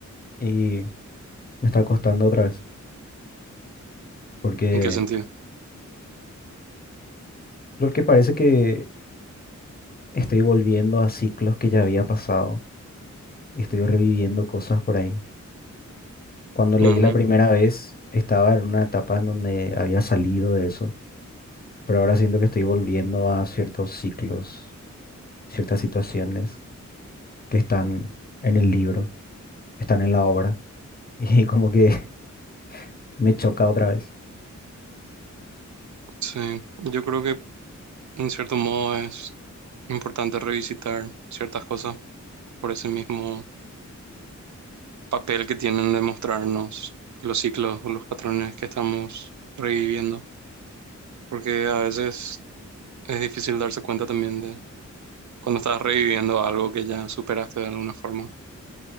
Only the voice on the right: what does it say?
¿En qué sentido?
Ujú,
Sí, yo creo que en cierto modo es importante revisitar ciertas cosas por ese mismo papel que tienen de mostrarnos los ciclos o los patrones que estamos reviviendo, porque a veces es difícil darse cuenta también de cuando estás reviviendo algo que ya superaste de alguna forma